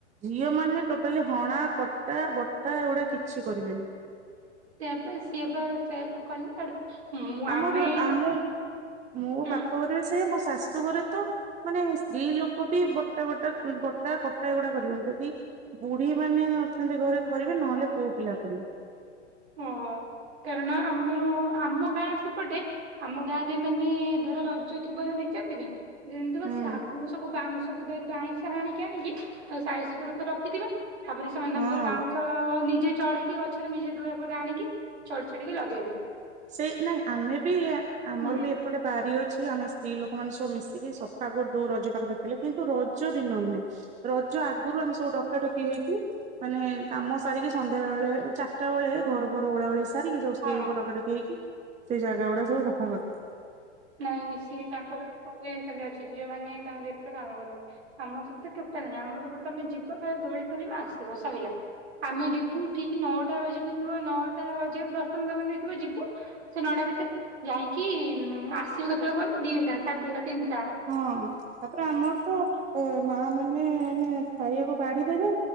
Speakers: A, on the right (about 20°); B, on the right (about 60°).
A: ଝିଅ ମାନେ ଟୋଟାଲି ହଣା କଟା ବଟା ଏଗୁଡା କିଛି କରିବେନି।
B: ସେୟା ପା ସିଏ ବା ସେୟା କୁ କଲା ଆଡୁ ମୁଁ
A: ଆମର
B: ଆମେ ଆମ୍-
A: ଆମ ମୋ
B: ହୁଁ
A: ବାପ ଘରେ ବି ସେୟା ମୋ ଶାଶୁ ଘରେ ତ ମାନେ ସ୍ତ୍ରୀ ଲୋକ ବି ବଟା ବଟା ବଟା କଟା ଏଗୁଡା କରିବେନି, ଯଦି ବୁଢୀ ମାନେ ଅଛନ୍ତି ଘରେ କରିବେ ନହେଲେ ପୁଅ ପିଲା କରିବେ।
B: ଓ କାରଣ ଆମ ଆମ ଗାଁ ସେପଟେ ଆମ ଗାଁରେ ମାନେ ଧର ରଜ ଥିବ ଦି ଚାରି ଦିନ୍ ଯେମିତି ବା
A: ହୁଁ
B: ସେ ଆଗୁରୁ ସବୁ ବାଉଁଶ ବୁଦାରେ ବାଉଁଶ ହାଣିକି ଆଣିକି ଆଉ ସାଇଜ୍ ସୁତୁରା କରି ରଖିଥିବେ। ତାପରେ ସେମାନେ
A: ହଁ।
B: ତାଙ୍କର ବାଉଁଶ ନିଜେ ଚଢିକି ଗଛରେ ନିଜେ ଧୋଇଆକୁ ପରେ ଆଣିକି ଚଢି ଚଢିକି ଲଗେଇବି।
A: ସେଇ ନାଇଁ ଆମେ ବି ଆମର
B: ହୁଁ ହୁଁ
A: ବି ଗୋଟେ ବାରି ଅଛି ଆମେ ସ୍ତ୍ରୀ ଲୋକମାନେ ସବୁ ମିଶିକି ସଫା କରିଦଉ ରଜ ପାଖା ପାଖି ଥିଲେ। କିନ୍ତୁ ରଜ ଦିନ ନୁହେଁ ରଜ ଆଗରୁ ଆମେ ସବୁ ଡକା ଡକି ହେଇକି ମାନେ କାମ ସାରିକି ସନ୍ଧ୍ୟା ବଳେ ଚାରିଟା ବେଳେ ଘର ଘର ଓଳା ଓଳି ସାରିକି ସବୁ
B: ହଁ
A: ସ୍ତ୍ରୀ
B: ହୁଁ
A: ଲୋକ ଡକାଡକି ହେଇକି ସେ ଜାଗା ଗୁଡା ସବୁ ସଫା କରିଦଉ।
B: ନାଇଁ ସିଏ ତାଙ୍କର ଏପଟେ ସେମତି ଅଛି ଝିଅ ମାନେ ତାଙ୍କର ଏପଟେ କାମ କରନ୍ତି। ଆମର ସେପଟେ ଟୋଟାଲି ନାହିଁ ଆମ ସେପଟୁ ତମେ ଯିବ ଖାଲି ଦୋଳି ଖେଳିବ ଆସିବ ସଇଲା। ଆମେ ଯିବୁ ଠିକ ନଅଟା ବାଜି ନଥିବ ନଅ ଟା ବାଜିବାକୁ ଦଶ ମିନିଟ୍ ଖଣ୍ଡେ ଥିବ ଯିବୁ ସେ ନଅଟା ଭିତରେ ଯାଇକି ମ୍ ଆସ୍ ଆସିବି କେତେବେଳେ କହ ନି ଦିଟା ସାଢେ ଦିଇଟା ତିିନିଟା।
A: ହଁ ତାପରେ ଆମର ତ ଏ ମା ମାନେ ମାନେ ଖାଇବାକୁ ବାଢି ଦେବେ।